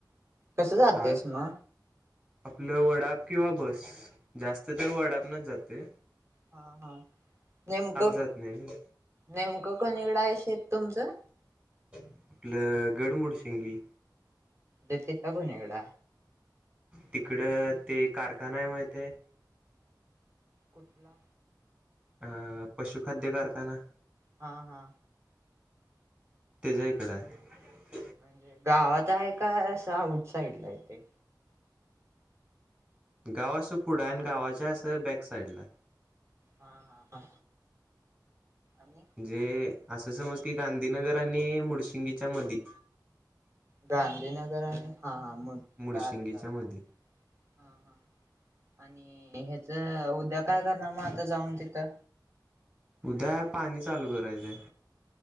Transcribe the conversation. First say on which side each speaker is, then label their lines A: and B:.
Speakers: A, on the right; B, on the right.
A: कसं
B: सा
A: जातंयस म
B: आपलं वडाप किंवा बस जास्त तर वडापणच जातोय.
A: हा हा नेमकं
B: जात नाही ना
A: नेमकं. कुणी कड हाय शेत तुमचं?
B: आपलं गडमुडशिंगी
A: देतेत का घुणीवडा.
B: तिकडं ते कारखाना आहे माहितीये.
A: कुठला?
B: अ पशुखाद्य कारखाना
A: हा हा.
B: त्याच्याइकडं हाय.
A: म्हणजे गावात हाय काय असं आउटसाइड ला आहे तेे.
B: गाव असं पुढ हाय आणि गावाच्या असं बॅकसाइडलाय.
A: हा हा हा. आणि
B: जे असं समज की गांधीनगर आणि मुडशिंगीच्या मधी
A: गांधीनगर आणि हा हा. मग
B: मुडशिंगीच्या
A: काल काल
B: मधी
A: हा हा. आणि ह्याचं उद्या काय करणार मग आता जाऊन तिथं.
B: उद्या पाणी चालू करायचंय.